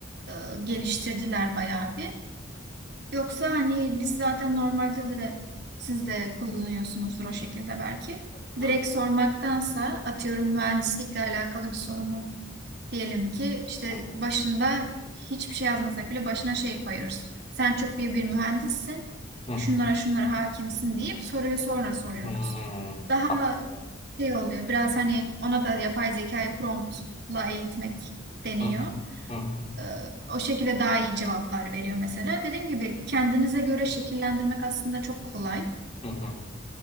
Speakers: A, on the right; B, on the left.
A: e, geliştirdiler bayağı bir. Yoksa hani biz zaten normalde de siz de kullanıyorsunuzdur o şekilde belki.
B: Evet, evet.
A: Direkt sormaktansa atıyorum mühendislikle alakalı bir sorumu diyelim ki işte
B: Hı hı.
A: başında hiçbir şey yazmasak bile başına şey koyuyoruz. Sen çok iyi bir mühendissin.
B: Hı hı.
A: Şunlara şunlara hakimsin deyip soruyu sonra soruyoruz.
B: Hımm.
A: Daha
B: Anladım.
A: şey oluyor biraz hani ona da yapay zekayı promptla eğitmek deniyor.
B: Hı hı. Hı hı.
A: Ee, O şekilde daha iyi cevaplar veriyor mesela. Dediğim gibi kendinize göre şekillendirmek aslında çok kolay.
B: Hı hı.